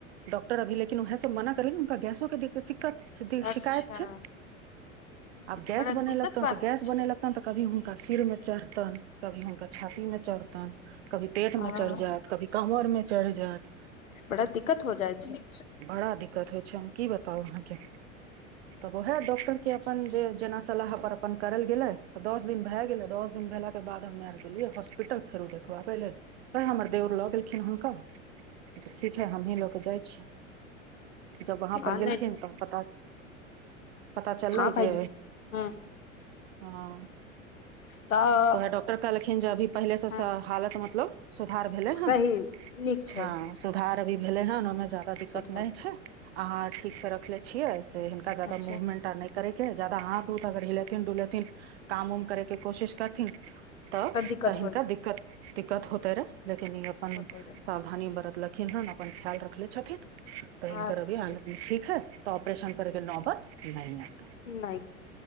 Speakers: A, on the right (about 55°); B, on the left (about 80°).
A: डा डाँक्- अभी लेकिनएह से मना करे ने हुनका गैसो के दिक्कत
B: अच्छा
A: शिकायत छै आब
B: ई तऽ
A: गैस
B: बड़ा दिक्कत
A: बन लगतैन
B: बात
A: तऽ गैस
B: छै
A: बन लगतैन तऽ कभी हुनका सिर मे चढ़तनि कभी हुनक छातीमे चढतैन कभी पेट
B: हँ
A: मे चढ़ि जायत कभी कमर मे चढिजात
B: बड़ा दिक्कत हो जाइ छै
A: बड़ा दिक्कत होइ छै हम की बताउ अहाँके तब ओएहे डॉक्टर के अपन जे जेना सलाह पर अपन करल गेलै तऽ दस दिन भए गेलै दस दिन भेलाके बाद हमे आबि गेलियै हॉस्पिटल फेरो देखबऽ पहिले त हमर देउर ल गेलखिन हुनका ठीक है हमहीं ल के जाइ छी जब वहाँ
B: हँ
A: पर गेलखिन
B: नहि
A: तऽ पता पता चललै
B: हँ भाय
A: जे
B: हँ
A: हँ
B: तऽ
A: तो है डॉक्टर कइल ज भी पहिलेसँ
B: हँ
A: सब हालत मतलब सुधार भेलै
B: सही
A: हन
B: नीक छै
A: हँ सुधार इ भेलै न नमज जादा दिककत
B: सुधार
A: नहि
B: भेल।
A: छै अहाँ ठीक से रखले छियै से हिनका जादा
B: अच्छा
A: मूवमेन्ट आर नहि करैके जादा हाथ उथ अगर हिलेथिन डुलेथिन काम उम करैके कोशिश करथिन तब
B: तऽ दिक्कत
A: त हिनका
B: हो
A: दिक्कत दिक्कत होत तर लेकिन ई अपन
B: होतो रहे
A: सावधानी बरत लखिन हन अपन ख्याल रखले छथिन तऽ इननक
B: अच्छा
A: अभी हालतमे ठीक है तऽ अपरेशन करके नौबत नै एत
B: नहि